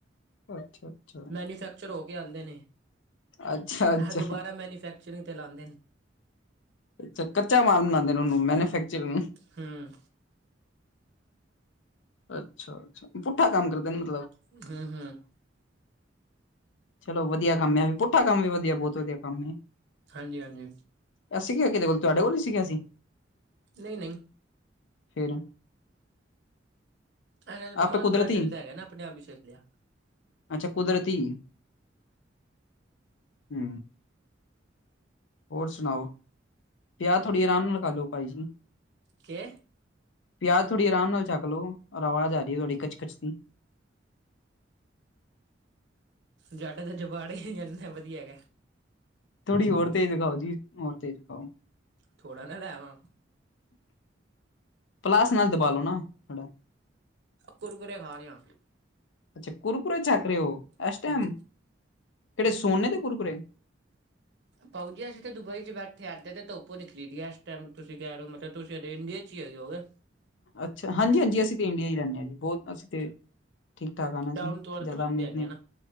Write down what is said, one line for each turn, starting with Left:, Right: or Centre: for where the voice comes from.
Left: ਅੱਛਾ-ਅੱਛਾ,
Right: ਮੈਨੀਫੈਕ ਚਰ ਹੋ ਕੇ ਆਂਦੇ ਨੇ
Left: ਅੱਛਾ-ਅੱਛਾ, ਅੱਛਾ ਅੱਛਾ
Right: ਦੁਬਾਰਾ ਮੈਨੀਫੈਕਚਰਿੰਗ ਤੇ ਲਾਂਦੇ ਨੇ।
Left: ਅੱਛਾ ਕੱਚਾ ਮਾਲ ਬਣਾਂਦੇ ਨੇ ਉਨੂੰ ਮੈਨੂਫੈਕਚਰਿੰਗ ਨੂੰ।
Right: ਹੂੰ
Left: ਅੱਛਾ-ਅੱਛਾ, ਪੁੱਠਾ ਕੰਮ ਕਰਦੇਨ ਮ
Right: ਹੂੰ, ਹੂੰ
Left: ਚਲੋ ਵਧੀਆ ਕੰਮ ਏ, ਪੁੱਠਾ ਕੰਮ ਵੀ ਵਧੀਆ, ਬੋਤ ਵਧੀਆ ਕੰਮ ਏ।
Right: ਹਾਂਜੀ-ਹਾਂਜੀ।
Left: ਅਸੀਂ ਗੇ ਕਿਦੇ ਕੋਲ, ਤੁਹਾਡੇ ਕੋਲ ਈ ਸੀਗੇ ਅਸੀਂ।
Right: ਨਈ-ਨਈ।
Left: ਫੇਰ
Right: ਐਨਾ ਦਾ ਦਿਮਾਗ
Left: ਆਪੇ ਕੁਦਰਤੀ
Right: ਬੜਾ ਚਲਦਾ ਹੈਗਾ ਨਾ, ਅਪਣੇ-ਆਪ ਈ ਚੱਲਿਆ।
Left: ਅੱਛਾ ਕੁਦਰਤੀ ਹੂੰ। ਹੋਰ ਸੁਣਾਓ, ਯਾ ਥੋੜੀ ਅਰਾਮ ਨਾਲ ਖਾਲੋ ਭਾਈ ਜੀ।
Right: ਕੇ?
Left: ਪਿਆਜ਼ ਥੋੜੀ ਆਰਾਮ ਨਾਲ ਛਕਲੋ, ਓਰ ਆਵਾਜ਼ ਆਰੀ ਥੋੜੀ ਕੱਚ-ਕਚ ਦੀ।
Right: ਜੱਟ ਦੇ ਜਬਾੜੇ ਈ, ਐਨੇ ਵਧੀਆ ਹੈਗਾ।
Left: ਥੋੜੀ ਹੋਰ ਤੇਜ਼ ਖਾਓ ਜੀ, ਹੋਰ ਤੇਜ਼ ਖਾਓ।
Right: ਥੋੜਾ ਨਾ ਲੈ ਆਵਾਂ।
Left: ਪਲਾਸ ਨਾਲ ਦਬਾਲੋ ਨਾ ਥੋੜਾ।
Right: ਕੁਰਕੁਰੇ ਖਾ ਰਿਆਂ।
Left: ਅੱਛਾ, ਕੁਰਕੁਰੇ ਛਕ ਰੇ ਓ ਐਸ
Right: ਹੂੰ
Left: ਟੈਮ, ਕੇੜੇ ਸੋਨੇ ਨੇ ਦੇ ਕੁਰਕੁੁਰੇ।
Right: ਭਾਊ ਜੀ, ਅਸੀਂ ਤੇ ਦੁਬਈ'ਚ ਬੈਠੇ ਐਦੇ ਤੇ ਧੁੱਪ ਨਿਕਲੀ ਦੀ ਐਸ ਟੈਮ, ਤੁਸੀਂ ਕੈ ਰੋ ਮਤਲਬ ਤੁਸੀ ਇੰਡੀਆ'ਚ ਈ ਹੋਗੇ।
Left: ਅੱਛਾ, ਹਾਂਜੀ-ਹਾਂਜੀ ਅਸੀਂ ਤੇ ਇੰਡੀਆ ਈ ਰਹਿੰਨੇ ਆ ਜੀ। ਬੋਤ ਅਸੀਂ
Right: ਅੱਛਾ
Left: ਤੇ ਠੀਕ-ਠਾਕ ਆ ਨਾ ਜੀ,
Right: ਡਾਊਨ ਟੂ ਅਰਥ
Left: ਜਾਦਾ
Right: ਬੰਦੇ
Left: ਅਮੀਰ
Right: ਹੈਗੇ
Left: ਨੀ।
Right: ਨਾ